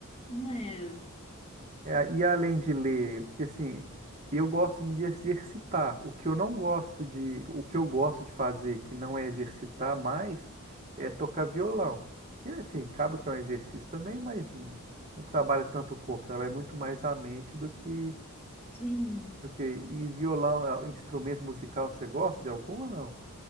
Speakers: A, on the left (about 30°); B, on the right (about 35°).
A: Não é?
B: É, e além de ler, porque assim, eu gosto de exercitar. O que eu não gosto de, o que eu gosto de fazer, que não é exercitar mais, é tocar violão. E, enfim, acaba que é um exercício também, mas não, não trabalha tanto o corpo, trabalha muito mais a mente do que,
A: Sim.
B: do que. E violão, é, um instrumento musical, você gosta de algum ou não?